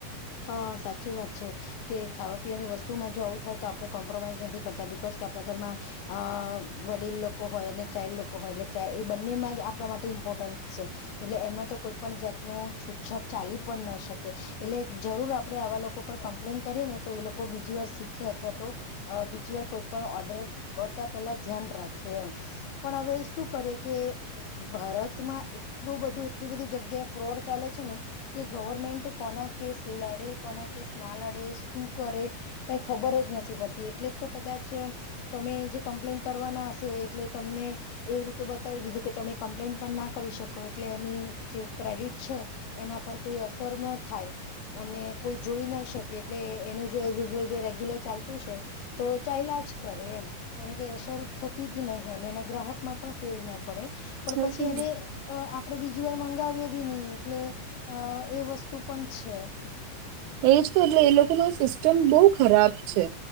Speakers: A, on the left; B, on the right.
A: હા સાચી વાત છે કે ખાવા પીવાની વસ્તુમાં જો આવું થાય તો આપડણે કોમ્પ્રોમાઈઝ નથી કરતા બિકાઝ કે આપણા ઘરમાં અ વડીલ લોકો હોય અને ચાઇલ્ડ લોકો હોય એટલે એ બંનેમાં જ આપણા માટે ઇમ્પોર્ટન્સ છે એટલે એમાં તો કોઈ પણ જાતનું છૂટછાટ ચાલી પણ ન શકે એટલે જરૂર આપડણે આવા લોકો પર કમ્પ્લેન કરીએ ને તો એ લોકો બીજી વાર શીખે અથવા તો બીજી વાર કોઈ પણ ઓર્ડર કરતા પેલા ધ્યાન રાખીએ એમ પણ હવે શું કરીએ કે ભારતમાં એટલું બધું એટલી બધી જગ્યાએ ફ્રોડ ચાલે છે ને કે ગવર્મેન્ટ કોના કેસ લડે કોના કેસ ના લડે શું કરે કઈ ખબર જ નથી પડતી એટલે તો કદાચ જ જે કમ્પ્લેન કરવાના હશે એટલે તમને એવી રીતે બતાવી દીધું કે તમે કમ્પ્લેન પણ ના કરી શકો એટલે એની જે ક્રેડિટ છે એના પર કોઈ અસર ન થાય. અને કોઈ જોઈ ના શકે એટલે એનું જે ઝલ જે રેગ્યુલર ચાલતું છે તો ચ યલાજ કરે એમ એને કઈ અસર થતી જ નહી હોય એને ગ્રાહક માં પણ ફેર ના પડે. પણ
B: હમ
A: પછી એને અ આપડણે બીજી વાર મંગાવીએ બી ન એટલે અ એ વસ્તુ પણ છે.
B: એજ તો જો એ લોકોનો સિસ્ટમ બહુ ખરાબ છે.